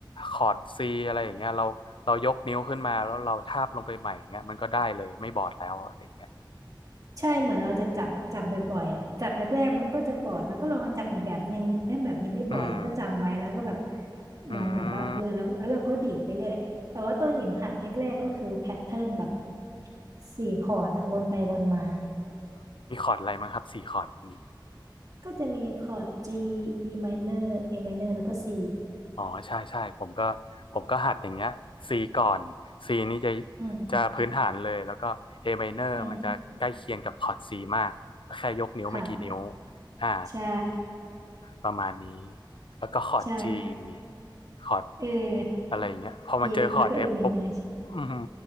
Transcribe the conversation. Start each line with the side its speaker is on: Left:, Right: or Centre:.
Left: คอร์ด C อะไรอย่างเงี้ยเราเรายกนิ้วขึ้นมาแล้วเราทาบลงไปใหม่อย่างเงี้ยมันก็ได้เลยไม่บอดแล้วอะไรอย่างเงี้ย
Right: ใช่เหมือนเราจะจับจับบ่อยๆอ่ะจับแรกๆมันก็จะบอดแล้วก็ลองจับอีกแบบนึงเอ้ยแบบนี้ไม่บอดแล้วก็จำไว้แล้วก็แบบ
Left: อืม
Right: เหมือนแบบว่าเออแล้วแล้วเราก็ดีดไปเรื่อยแต่ว่าต้นหญิงหัดแรกๆก็คือแพทเทิร์นแบบ
Left: อืม
Right: สี่คอร์ดอะวนไปวนมา
Left: อืมมีคอร์ดอะไรมั้งครับสี่คอร์ดนี่
Right: ก็จะมีคอร์ด G E minor A minor แล้วก็ C
Left: อ๋อใช่ใช่ผมก็ผมก็หัดอย่างเงี้ย C ก่อน C นี่จะ
Right: อืม
Left: จะพื้นฐานเลยแล้วก็ A minor
Right: อืม
Left: มันจะใกล้เคียงกับคอร์ด C มากก็แค่ยกนิ้วไม่กี่นิ้ว
Right: ค่ะ
Left: อ่า
Right: ใช่
Left: ประมาณนี้แล้วก็คอร์ด
Right: ใช่
Left: G คอร์ด
Right: เออ
Left: อะไรอย่างเงี้ยพอมาเจอคอร์ด
Right: E แล้วก็ A
Left: F
Right: minor
Left: ปุ๊บอือหือ